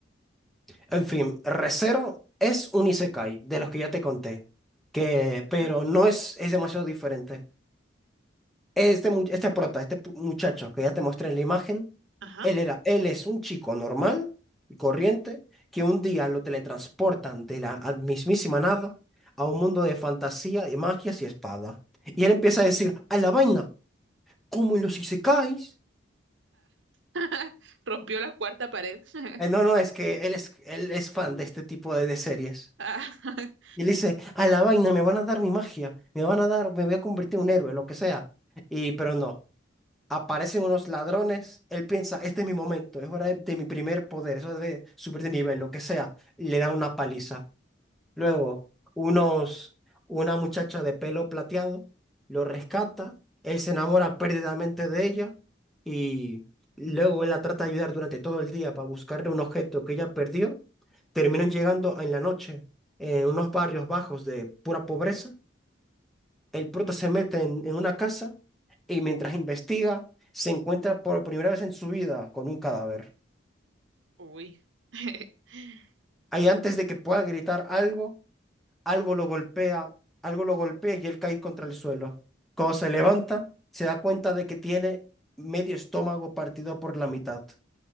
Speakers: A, in the centre; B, on the right (about 75°).
A: En fin, Re:Zero es un isekai de los que ya te conté, que, pero
B: Ujú,
A: no es, es demasiado diferente. Este, mu- este prota, este pu- muchacho que ya te mostré en la imagen,
B: Ajá.
A: él era, él es un chico normal y corriente que un día lo teletransportan de la ad- mismísima nada a un mundo de fantasía, de magias y espada. Y él empieza a decir, a la vaina, como en los isekais.
B: <laughs> Rompió la cuarta pared. <laughs>
A: Eh, no, no, es que él es, él es fan de este tipo de de series.
B: Ah, <laughs>
A: Y él dice, a la vaina, me van a dar mi magia, me van a dar, me voy a convertir en un héroe, lo que sea. Y, pero no, aparecen unos ladrones, él piensa, este es mi momento, es hora de, de mi primer poder, es hora de subir de nivel, lo que sea. Y le dan una paliza. Luego, unos, una muchacha de pelo plateado lo rescata, él se enamora perdidamente de ella y luego él la trata de ayudar durante todo el día para buscarle un objeto que ella perdió. Terminan llegando en la noche en unos barrios bajos de pura pobreza. El prota se mete en, en una casa y mientras investiga se encuentra por primera vez en su vida con un cadáver.
B: Uy. <laughs>
A: Ahí antes de que pueda gritar algo, algo lo golpea, algo lo golpea y él cae contra el suelo. Cuando se levanta, se da cuenta de que tiene medio estómago partido por la mitad